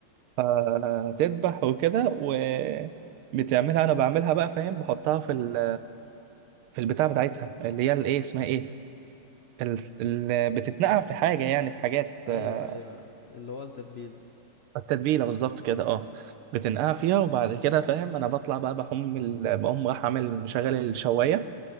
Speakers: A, on the right; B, on the left.
A: فتذبح وكده و بتعملها انا بعملها بقى فاهم بحطها في ال في البتاع بتاعتها اللي هي الايه اسمها ايه ال- ال- بتتنقع في حاجه يعني في حاجات
B: ايوه
A: آه،
B: ايوه اللي هو التتبيله
A: التتبيله بالظبط كده اه بتنقع فيها وبعد كده فاهم انا بطلع بقى بحم ال- بقوم راح عامل مشغل الشوايه